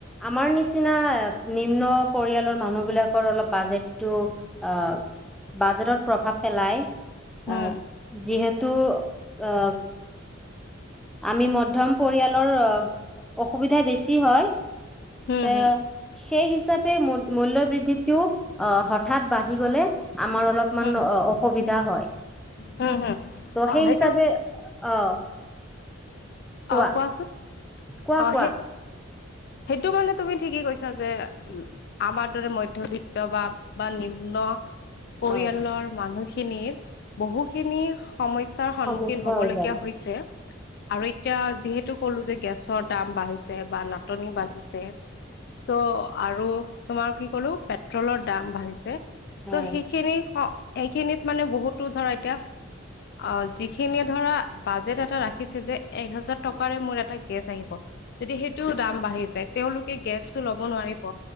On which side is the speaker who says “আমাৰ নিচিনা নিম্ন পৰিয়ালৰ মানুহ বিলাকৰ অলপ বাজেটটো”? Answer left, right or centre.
Centre